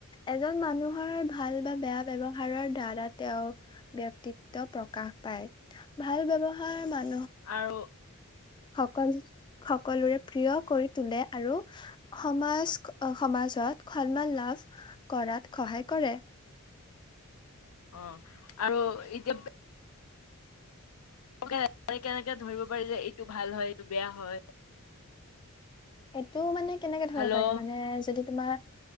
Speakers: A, on the left (about 20°); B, on the left (about 85°).
A: এজন মানুহৰ ভাল বা বেয়া ব্যৱহাৰ দাৰা তেওঁ ব্যক্তিত্ব প্ৰকাশ পায় ভাল ব্যৱহাৰ মান
B: আৰু।
A: সকল সকলোৰে প্ৰিয় কৰি তোলে আৰু সমাজ সমাজত খলমাল লাভ কৰাত সহায় কৰে।
B: অ', আৰু এতিয়া কেনেকে ধৰিব পাৰি যে এইটো ভাল হয়, এইটো বেয়া হয়।
A: এইটো মানে কেনেকে ধব
B: হেল্ল'
A: পাৰিম মানে যদি তোমাৰ,